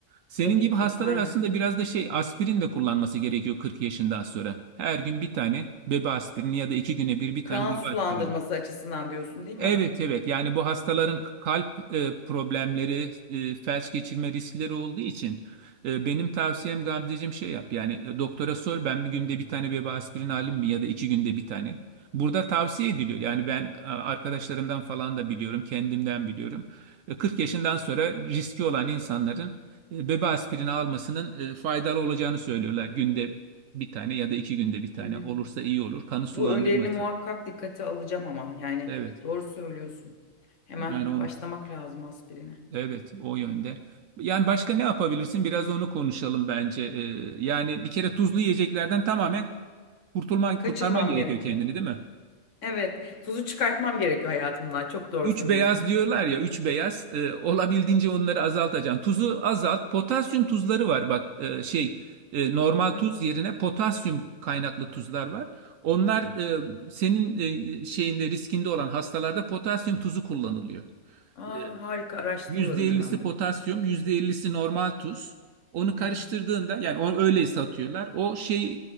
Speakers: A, on the right (about 75°); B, on the left (about 65°).
A: Senin
B: tabii
A: gibi
B: ki
A: hastalar
B: aynen.
A: aslında biraz da şey aspirin de kullanması gerekiyor 40 yaşından sonra. Her gün bir tane bebe aspirini ya da iki güne bir bir
B: Kan
A: tane bebe
B: sulandırması
A: aspirini.
B: açısından diyorsun değil
A: Evet
B: mi?
A: evet yani bu hastaların kalp e, problemleri, e, felç geçirme riskleri olduğu için e, benim tavsiyem Gamzeciğim şey yap yani e, doktora sor ben bir günde bir tane bebe aspirin alayım mı ya da iki günde bir tane. Burada tavsiye ediliyor yani ben e, arkadaşlarımdan falan da biliyorum kendimden biliyorum. E, 40 yaşından sonra riski olan insanların e, bebe aspirini almasının e, faydalı olacağını söylüyorlar. Günde bir tane ya da iki günde bir tane
B: Hı hı.
A: olursa iyi olur kanı
B: Bu
A: sulandırması.
B: önerini muhakkak dikkate alacağım ama yani
A: Evet
B: doğru söylüyorsun. Hemen
A: yani onu.
B: başlamak lazım aspirine.
A: Evet, o yönde. Yani başka ne yapabilirsin? Biraz onu konuşalım bence. Ee, yani bir kere tuzlu yiyeceklerden tamamen kurtulman,
B: Kaçınmam
A: kurtarman gerekiyor
B: gerekiyor.
A: kendini, değil mi?
B: Evet, tuzu çıkartmam gerekiyor hayatımdan. Çok doğru
A: Üç
B: söylüyorsun.
A: beyaz
B: Ümit.
A: diyorlar ya, üç beyaz. Ee, olabildiğince onları azaltacaksın. Tuzu azalt. Potasyum tuzları var bak e, şey e, normal tuz
B: Hı.
A: yerine potasyum kaynaklı tuzlar var. Onlar e, senin e, e, şeyinde riskinde olan hastalarda potasyum tuzu kullanılıyor.
B: Aa,
A: E,
B: harika araştırıyorum
A: %50'si
B: hemen bunu.
A: potasyum, %50'si normal tuz. Onu karıştırdığında
B: Hı hı.
A: yani onu öyle satıyorlar. O şey